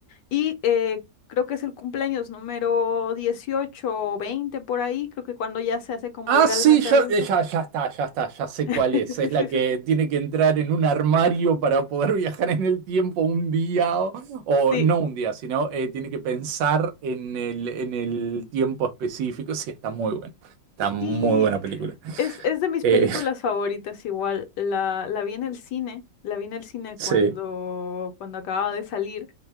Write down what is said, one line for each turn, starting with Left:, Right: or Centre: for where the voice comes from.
Left: Y eh, creo que es el cumpleaños número 18 o 20 por ahí, creo que cuando ya se hace como
Right: Ah,
Left: legalmente
Right: sí, ya,
Left: adulto.
Right: eh, ya, ya está, ya está, ya sé
Left: <laughs>
Right: cuál es. Es la que tiene que entrar en un armario para poder viajar en el tiempo un día, o, o
Left: Sí,
Right: no un día, sino eh, tiene que pensar en el, en el tiempo específico. Sí, está muy buena. Está muy
Left: sí.
Right: buena película.
Left: Es, es de mis
Right: Eh,
Left: películas favoritas igual. La, la vi en el cine, la vi en el cine
Right: Sí.
Left: cuando, cuando acababa de salir.